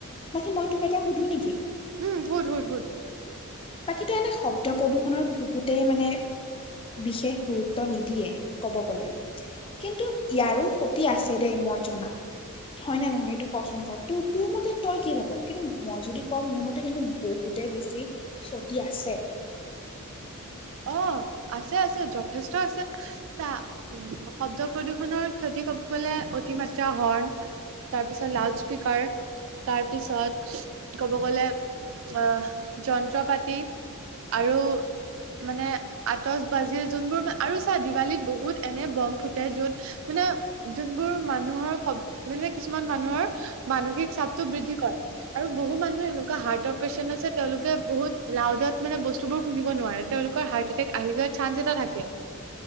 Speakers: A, on the left; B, on the right.
A: বাকী মই তোক এটা সুধোঁ নিকি?
B: উম, সুধ সুধ সুধ
A: বাকীতো এনে শব্দ প্ৰদূৰনৰ বহুতেই মানে বিশেষ গুৰুত্ব নিদি দিয়ে ক'ব গ'লে কিন্তু ইয়াৰো ক্ষতি আছে দে মই জনাত হয় নে নহয় এইটো কচোন ক, তোৰ তোৰ মতে তই কি ভাব কিন্তু মই যদি কওঁ মোৰ মতে কিন্তু বহুতে বেছি ক্ষতি আছে।
B: অ আছে আছে যথেষ্ট আছে চা শব্দ প্ৰদূষণৰ ক্ষতি কবলে অতিমাত্ৰা হৰ্ণ তাৰপিছত লাউড স্পীকাৰ তাৰপিছত ক'ব গ'লে আহ যন্ত্ৰ পাতি আৰু মানে আতচ বাজি যোনবোৰ আৰু চা দিৱালীত বহুত এনে বম ফুটে য'ত মানে যোনবোৰ মানুহৰ শব মানে কিছুমান মানুহৰ মানসিক চাপটো বৃদ্ধি কৰে। আৰু বহু মানুহে এনেকুৱা হাৰ্টৰ পেচেন্ত আছে তেওঁলোকে বহুত লাউডত মানে বস্তুবোৰ শুনিব নোৱাৰে। তেওঁলোকৰ হাৰ্ট এটেক আহি যোৱাৰ চান্স এটা থাকে।